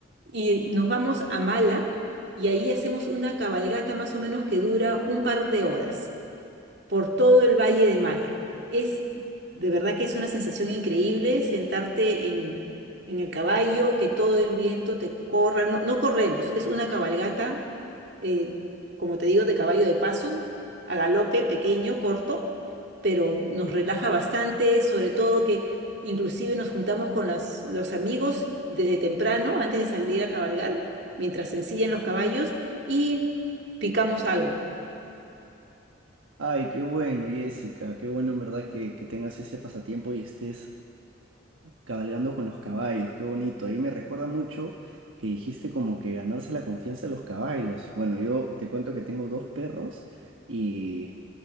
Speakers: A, on the right; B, on the right.
A: y nos vamos a Mala y ahí hacemos una cabalgata más o menos que dura un par de horas por todo el Valle de Mala. Es de verdad que es una sensación increíble sentarte en, en el caballo, que todo el viento te corra. No, no corremos, es una cabalgata, eh, como te digo, de caballo de paso, a galope, pequeño, corto, pero nos relaja bastante, sobre todo que inclusive nos juntamos con las- los amigos desde temprano, antes de salir a cabalgar, mientras se ensillan los caballos y picamos algo.
B: Ay, qué bueno, Jessica, qué bueno en verdad que, que tengas ese pasatiempo y estés cabalgando con los caballos, qué bonito. Ahí me recuerda mucho que dijiste como que ganarse la confianza de los caballos. Bueno, yo te cuento que tengo dos perros y